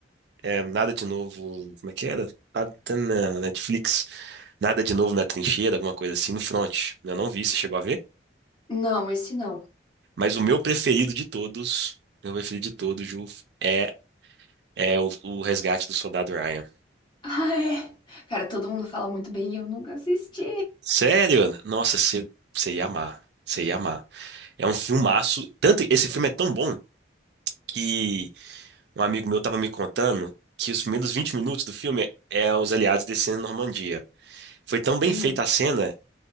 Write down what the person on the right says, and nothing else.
é, Nada de Novo, como é que era? Ah, Tá na Netflix. Nada de Novo na Trincheira, alguma coisa assim, no Front. Eu não vi, você chegou a ver?
Mas o meu preferido de todos, meu preferido de todos, Ju, é, é o, o Resgate do Soldado Ryan.
Sério? Nossa, você você ia amar. Você ia amar. É um filmaço. Tanto esse filme é tão bom que Um amigo meu estava me contando que os primeiros 20 minutos do filme é os aliados descendo na Normandia. Foi tão bem
feita a cena